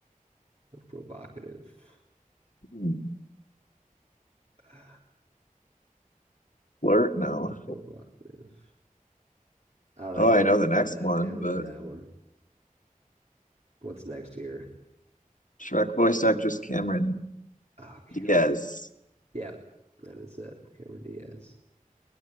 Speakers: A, on the right; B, on the left.
A: little provocative.
B: Hmm,
A: <sighs> A
B: Flirt, no.
A: little provocative. I don't know,
B: Oh,
A: I can't
B: I know
A: think
B: the
A: about
B: next
A: that.
B: one,
A: I don't
B: but
A: know that one. What's next here?
B: Shrek voice actress Cameron
A: Oh, Cameron.
B: Diaz.
A: Yep, that is it. Cameron Diaz.